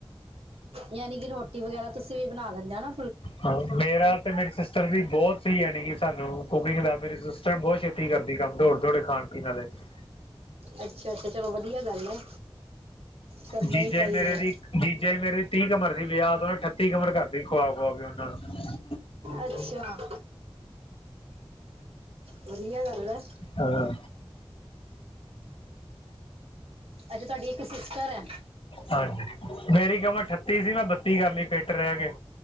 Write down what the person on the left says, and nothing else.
ਹਾਂ ਮੇਰਾ ਤੇ ਮੇਰੀ ਸਿਸਟਰ ਵੀ ਬਹੁਤ ਸੀ ਯਾਨਿ ਕਿ ਸਾਨੂੰ ਕੁਕਿੰਗ ਦਾ, ਮੇਰੀ ਸਿਸਟਰ ਬਹੁਤ ਛੇਤੀ ਕਰਦੀ ਕੰਮ ਦੌੜ ਦੌੜ ਖਾਣ ਪੀਣਾ ਲਾ ਜ਼ੇ
ਜੀਜਾ
ਹੀ ਮੇਰੇ
ਦੀ ਜੀਜਾ ਹੀ ਮੇਰੇ ਦੀ ਤੀਹ ਕਮਰ ਸੀ ਵਿਆਹ ਤੇ, ਉਹਨੇ ਅਠੱਤੀ ਕਮਰ ਕਰਤੀ, ਖੁਆ ਖੁਆ ਕੇ ਉਹਨਾਂ ਨੂੰ।
ਹਾਂ।
ਹਾਂਜੀ, ਮੇਰੀ ਕਮਰ ਅਠੱਤੀ ਸੀ ਮੈਂ ਬੱਤੀ ਕਰ ਲੀ ਫਿੱਟ ਰਹਿ ਕੇ।